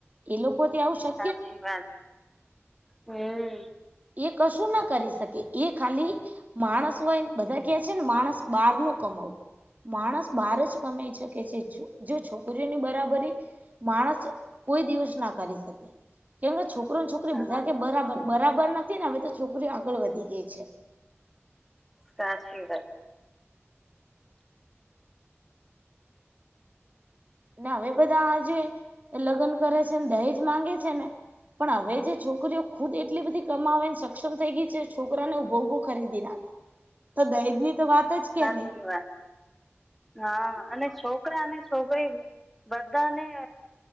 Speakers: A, on the right; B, in the centre.
A: એ લોકો ત આવ શકે
B: સાચી વાત હમ
A: એ કશું ના કરી શકે એ ખાલી માણસ હોય બધા કે છે ને માણસ બહાર નું કમાવું માણસ બહાર જ કમાઈ શકે છે જો છોકરીઓની બરાબરી માણસ કોઈ દિવસ ના કરી શકે કેમકે છોકરો છોક છોકરી
B: હા
A: બધા કે બરાબર બરાબર નથી ને હવે તો છોકરીઓ આગળ વધી ગઈ છે
B: સાચી
A: ને હવે બધા આજ લગ્ન કરે છે દહેજ માંગે છે ને પણ હવે જે છોકરીઓ ખુદ એટલી બધી કમાવે ને સક્ષમ થઈ ગઈ છે છોકરાને ઉભો ઉભો ખરીદી નાખે તો દહીજ ની તો વાત જ ક્યાં
B: ના
A: રહી
B: શવાય હા અને છોકરા અને છોકરી બધાને